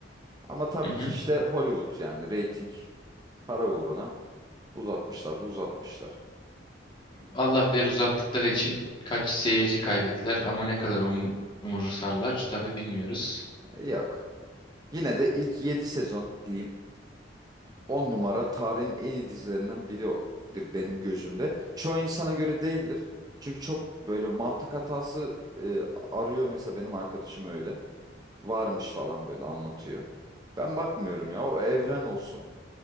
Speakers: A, on the right; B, on the left.
A: Ama tabii
B: Hı hı.
A: ki işte Hollywood yani reyting para uğruna uzatmışlar da uzatmışlar.
B: Allah bilir uzattıkları için kaç seyirci kaybettiler ama ne kadar um umursarlar tabii bilmiyoruz.
A: Ya Yok. Yine de ilk 7 sezon diyeyim 10 numara tarihin en iyi dizilerinden biridir benim gözümde. Çoğu insana göre değildir. Çünkü çok böyle mantık hatası e, arıyor mesela benim arkadaşım öyle. varmış falan böyle anlatıyor. Ben bakmıyorum ya o evren olsun.